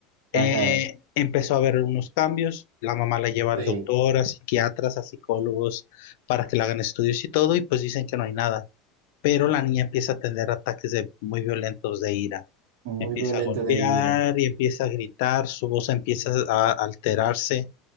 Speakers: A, on the left; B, on the right.
A: Eh,
B: Ajá,
A: empezó a haber unos cambios, la mamá la lleva al
B: sí,
A: doctor, a psiquiatras, a psicólogos, para que le hagan estudios y todo, y pues dicen que no hay nada. Pero la niña empieza a tener ataques de, muy violentos de ira
B: muy
A: Empieza
B: violento
A: a golpear
B: de ira,
A: y empieza a gritar, su voz empieza a alterarse,